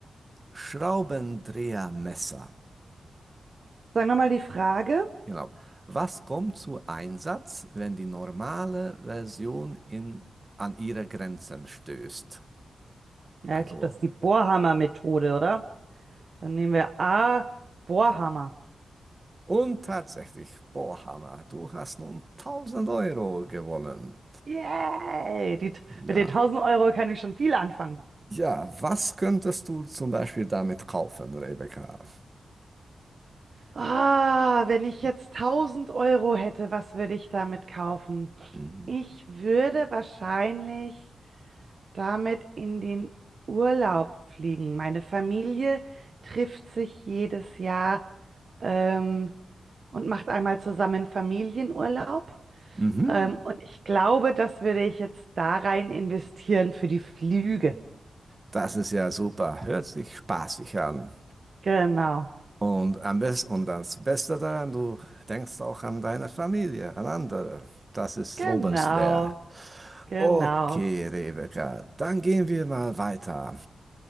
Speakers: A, on the right; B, on the right.
A: Schraubendrehermesser.
B: Sag nochmal die Frage.
A: Genau. Was kommt zu Einsatz, wenn die normale Version in, an ihre Grenzen stößt?
B: Ja,
A: Also
B: ich glaube, das ist die Bohrhammer-Methode, oder? Dann nehmen wir A, Bohrhammer.
A: die. Und tatsächlich, Bohrhammer, du hast nun tausend Euro gewonnen.
B: Yay! Die,
A: Ja.
B: mit den tausend Euro kann ich schon viel anfangen.
A: Ja, was könntest du zum Beispiel damit kaufen, Rebecca?
B: Ah, wenn ich jetzt tausend Euro hätte, was würde ich damit kaufen?
A: Mhm.
B: Ich würde wahrscheinlich damit in den Urlaub fliegen. Meine Familie trifft sich jedes Jahr ähm, und macht einmal zusammen Familienurlaub.
A: Mhm.
B: Ähm, und ich glaube, das würde ich jetzt da rein investieren für die Flüge.
A: Das ist ja super. Hört sich spaßig an.
B: Genau,
A: Und am besten, und das Beste daran, du denkst auch an deine Familie, an andere. Das ist
B: genau.
A: lobenswert.
B: Genau.
A: Okay, Rebecca, dann gehen wir mal weiter.